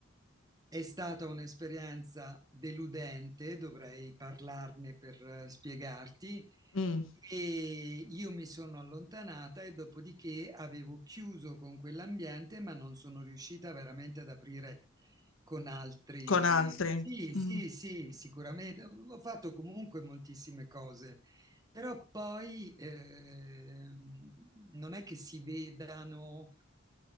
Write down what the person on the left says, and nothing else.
Mm,
Con altri.
Mm,